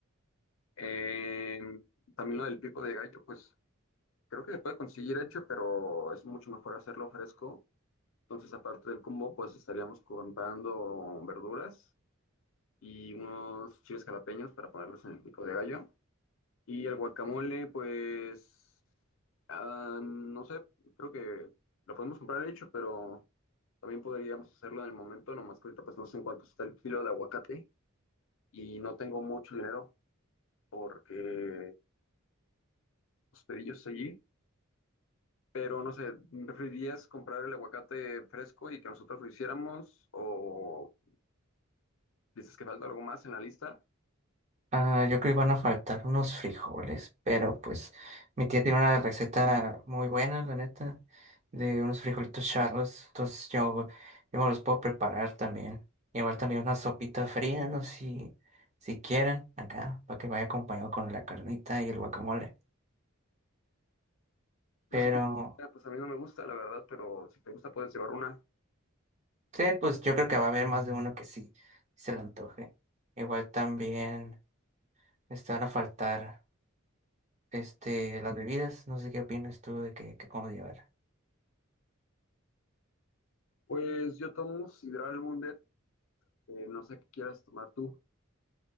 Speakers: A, on the left; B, on the right.
A: Eh, también lo del pico de gallo, pues creo que se puede conseguir hecho, pero es mucho mejor hacerlo fresco Entonces, aparte del combo, pues estaríamos comprando verduras y unos chiles jalapeños para ponerlos en el pico de gallo. Y el guacamole, pues, ah, no sé, creo que lo podemos comprar hecho, pero también podríamos hacerlo en el momento, nomás que ahorita pues no sé en cuánto está el kilo de aguacate y no tengo mucho dinero porque los pedillos allí, pero no sé, ¿preferirías comprar el aguacate fresco y que nosotros lo hiciéramos o dices que falta algo más en la lista?
B: Ah, yo creo que iban a faltar unos frijoles, pero pues mi tía tiene una receta muy buena, la neta, de unos frijolitos charros, entonces yo, yo me los puedo preparar también. Igual también una sopita fría, no sé si, si quieran, acá, para que vaya acompañado con la carnita y el guacamole. Pero
A: Una sopita, pues a mí no me gusta, la verdad, pero si te gusta puedes llevar una.
B: sí, pues yo creo que va a haber más de uno que sí, sí se le antoje. Igual también este, van a faltar este, las bebidas, no sé qué opinas tú de que, que cómo llevar.
A: Pues yo tomo sidral Mundet, eh, no sé qué quieras tomar tú.